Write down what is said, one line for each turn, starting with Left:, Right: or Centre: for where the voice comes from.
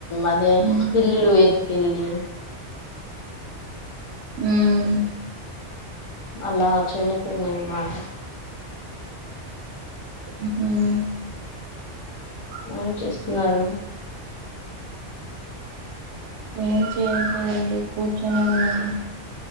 Left: అదే
Right: ఉమ్
Left: ఇల్లిలు వేత్కి వెళ్లి
Right: ఉమ్
Left: అలా చనిపోయింది అన్నమాట
Right: మ్ హు
Left: ఏం చేస్తున్నారు
Right: ఏం చేయట్లేదండి కూర్చొని ఉన్నాను